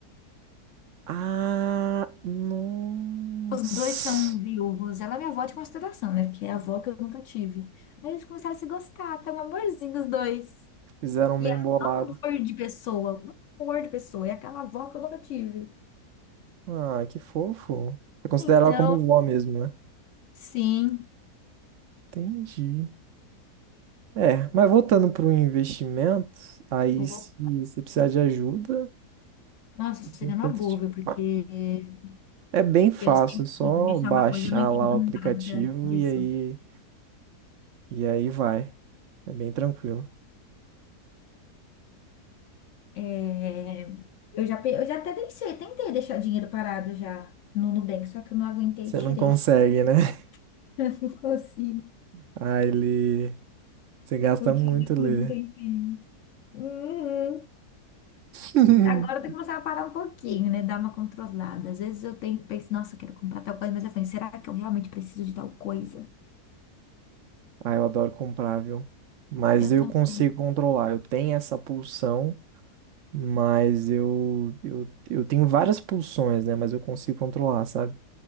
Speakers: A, on the right; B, on the left.
A: Ah, nossa.
B: Os dois são viúvos. Ela é minha avó de consideração, né? Porque é a avó que eu nunca tive. Aí eles começaram a se gostar, tá um amorzinho os dois.
A: Fizeram um
B: E
A: bem
B: ela
A: bolado.
B: é um amor de pessoa, um amor de pessoa. É aquela avó que eu nunca tive.
A: Ah, que fofo. Você considera
B: Então,
A: ela como vó mesmo, né?
B: sim.
A: Entendi. É, mas voltando para o investimento, aí
B: Opa.
A: se você precisar de ajuda,
B: Nossa, tô chegando
A: eu tento
B: a boa,
A: te-
B: porque
A: Mas é bem fácil,
B: eu sempre
A: é só
B: quis deixar
A: baixar
B: uma coisa, eu não entendo
A: lá o aplicativo
B: nada disso.
A: e aí, e aí vai. É bem tranquilo.
B: É, Eu já, pe- eu já até deixei, tentei deixar dinheiro parado já no Nubank, só que eu não aguentei
A: Você
B: e tirei.
A: não consegue, né? <laughs>
B: <laughs> Eu não consigo.
A: Aí ele... Você gasta
B: Eu
A: muito
B: tinha depois
A: ler.
B: de um tempinho. Uhum.
A: <laughs>
B: Agora eu tenho que começar a parar um pouquinho, né? Dar uma controlada. Às vezes eu tenho, penso, nossa, quero comprar tal coisa, mas eu falei, será que eu realmente preciso de tal coisa?
A: Ah, eu adoro comprar, viu? Mas
B: Eu
A: eu
B: também.
A: consigo controlar. Eu tenho essa pulsão, mas eu, eu, eu tenho várias pulsões, né? Mas eu consigo controlar, sabe?